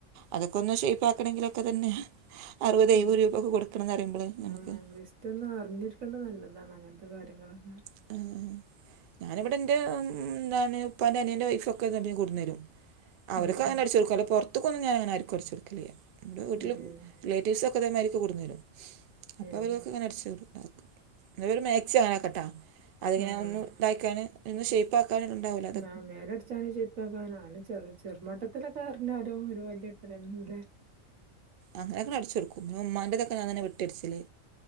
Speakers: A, on the right (about 65°); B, on the right (about 90°).
A: അതെക്കെ ഒന്ന് ഷെയ്പ്പാക്കണ്ടങ്കിലെക്കെ തന്നെ അറുപത്
B: ഉം
A: എഴുപത് രൂപയൊക്കെ കൊടുക്കണംന്ന് പറയുമ്പള്
B: ആഹ്
A: നമുക്ക്
B: ജസ്റ്റ് ഒന്ന് അറിഞ്ഞിരിക്കേണ്ടത് നല്ലതാണ് അങ്ങനത്തെ കാര്യങ്ങളൊക്കെ
A: <unintelligible> ഞാനിവിടെ എന്റെന്താണ് ഉപ്പാന്റെ അനിയന്റെ വൈഫ് ഒക്കെ ഇങ്ങട്ട് കൊണ്ടോന്നരും അവർക്കങ്ങനെ
B: ഏഹ്
A: അടിച്ച് കൊടുക്കും പെർത്ത്ക്കെന്നും ഞാന അങ്ങനെ ആർക്കും അടിച്ച് കൊടുക്കലില്ല അതേണ്ട് വീട്ടില്
B: ഏഹ്
A: റിലേറ്റീവ്സ് ഒക്കെ ഇതെമാതിരിക്ക് കൊണ്ടേന്നരും അപ്പ
B: ഏഹ്
A: ഒരോസം അങ്ങനെ അടിച്ച്താക്കും ഇന്നലെരു മാക്സി വാങ്ങക്കട്ടെ അതിങ്ങനെ
B: ആഹ്
A: ഒന്ന് ഇതാക്കാന് ഒന്ന് ഷേയ്പ്പാക്കാന് ഇണ്ടാവല്ലോ?
B: മാമ് മേലടിച്ചാനും ഷെയ്പ്പാക്കാനും അഹന്റെ ചെറ് ചെറു മട്ടത്തിലെക്കെ അറിഞ്ഞാലും ഒരു വല്ല്യ <unintelligible>
A: അങ്ങനെക്കെ അടിച്ച് കൊടുക്കും പിന്നെ ഇമ്മാന്റതൊക്കെ ഞാ തന്നെ വെട്ടി അടിക്ചല്